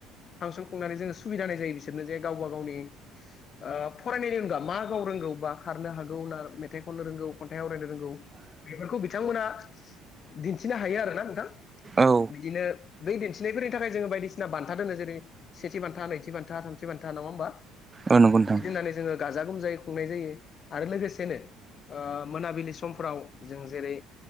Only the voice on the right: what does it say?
औ
औ नंगौ नोंथां